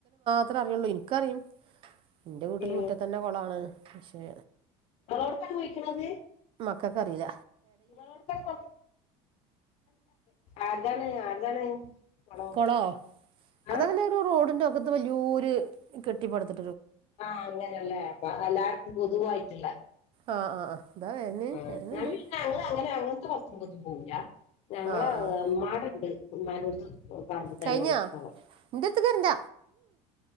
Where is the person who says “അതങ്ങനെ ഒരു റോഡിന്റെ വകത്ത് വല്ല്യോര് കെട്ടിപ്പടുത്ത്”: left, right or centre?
Right